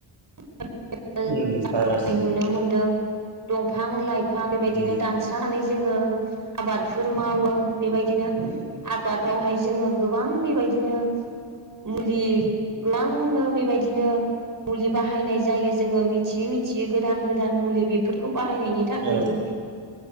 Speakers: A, on the right; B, on the right.
A: <unintelligible>
B: उम बारासिन
A: नुनो मोनदों दंफां लाइ फां बेबायदिनो
B: उम
A: दानस्रांनानै जोङो आबादफोर मावो बेबायदिनो आबादावहाय जोंङो गोबां बेबायदिनो मुलि ग्लांनो बेबायदिनो मुलि बाहायनाय जायो जोंङो मिथियि मिथियि गोदान गोदान मुलि बेफोरखौ बाहायनायनि
B: औ
A: थाखैदि